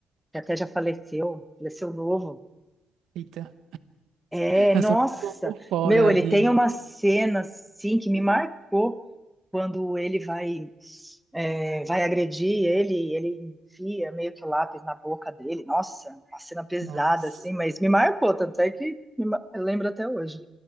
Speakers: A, in the centre; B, on the right (about 75°).
A: que até já faleceu, faleceu novo.
B: Eita,
A: É, nossa,
B: eu sou um pouco por fora
A: meu, ele
B: de.
A: tem uma cena assim que me marcou quando ele vai é, vai agredir ele, ele enfia meio que o lápis na boca dele. Nossa, uma cena pesada
B: Nossa,
A: assim, mas me marcou, tanto é que me ma- eu lembro até hoje.